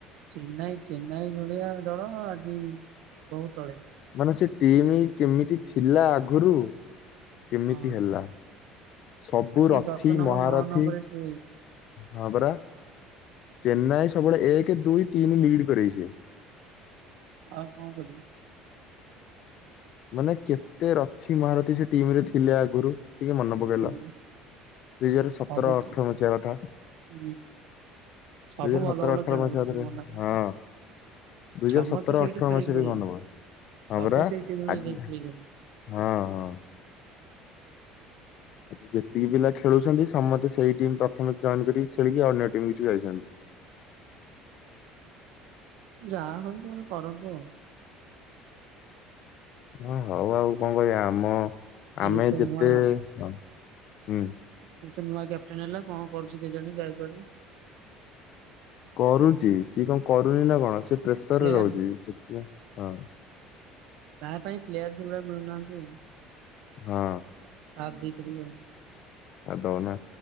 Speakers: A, on the right; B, on the left.
A: ଚେନ୍ନାଇ ଚେନ୍ନାଇ ଭଳିଆ ଦଳ ଆଜି ବହୁ ତଳେ।
B: ମାନେ ସେ ଟିମ୍ କେମିତି ଥିଲା ଆଗରୁ କେମିତି
A: ହଁ।
B: ହେଲା। ସବୁ
A: ଆସିକି
B: ରଥିୀ
A: ଦଶ ନମ୍ବର
B: ମହାରଥିୀ
A: ନଅ ନମ୍ବରରେ ସେ
B: ହଁ ପରା ଚେନ୍ନାଇ ସବୁବେଳେ ଏକ, ଦୁଇ, ତିନି ଲିଡ୍ କରାଇଛି।
A: ଆଉ କଣ କରିବା?
B: ମାନେ କେତେ ରଥି ମହାରଥୀ ସେ ଟିମ ରେ ଥିଲେ ଆଗରୁ ଟିକେ ମନେ ପ ପକେଇଲ
A: ହୁଁ
B: ଦୁଇ ହଜାର ସତର
A: ସବୁ
B: ଅଠର
A: ସେ-
B: ମସିହା କଥା।
A: ହୁଁ ସବୁ
B: ଦି ହଜାର
A: ଭଲ
B: ସତର
A: ଭଲ
B: ଅଠର
A: ଖେଳ
B: ମସିହା
A: ହେଇଛି
B: ରେ
A: ମନା କରୁଛୁ
B: ହଁ। ଦୁଇ ହଜାର
A: ସମସ୍ତେ
B: ସତର
A: ସେଇଠୁ
B: ଅଠର
A: ଖେଳିକି
B: ମସିହାରେ
A: ଯାଇଛନ୍ତି
B: ଗନ୍ଦୋଗୋଲ
A: ସବୁ
B: ହଁ ପରା।
A: ସେଇ ଟିମରେ
B: ଆଜି
A: ଯାଇ ଖେଳିକି ଯାଇଛନ୍ତି
B: ହଁ ହଁ। ଆଜି ଯେତିକି ପିଲା ଖେଳୁଛନ୍ତି ସମସ୍ତେ ସେଇ ଟିମ୍ ପ୍ରଥମେ ଜଏନ୍ କରିକି ଖେଳିକି ଅନ୍ୟ ଟିମ୍ କିଛି ଯାଇଛନ୍ତି।
A: ଯାହା ହଉ ସେମାନେ କରନ୍ତୁ ଆଉ।
B: ହଁ ହଉ ଆଉ କଣ କରିବା ଆମ
A: ଆଉ
B: ଆମେ
A: ଇଏ ତ
B: ଯେତେ
A: ନୂଆ
B: ହ ହୁଁ।
A: ଏତେ ନୂଆ କ୍ୟାପ୍ଟେନ ହେଲା କଣ କରୁଛି କେଜାଣି। <unintelligible>
B: କରୁଛି ସିଏ କଣ କରୁନି ନା କଣ ସିଏ ପ୍ରେସରରେ
A: ପ୍ଲେୟାର
B: ରହୁଛି ସେ ହଁ।
A: ତାହା ପାଇଁ ପ୍ଲେୟାର ସେଭଳିଆ ମିଳୁନାହାନ୍ତି ଆଉ।
B: ହଁ।
A: ସା ଦେଇପାରିବେ ଆଉ।
B: ଆଉ ଦଉନା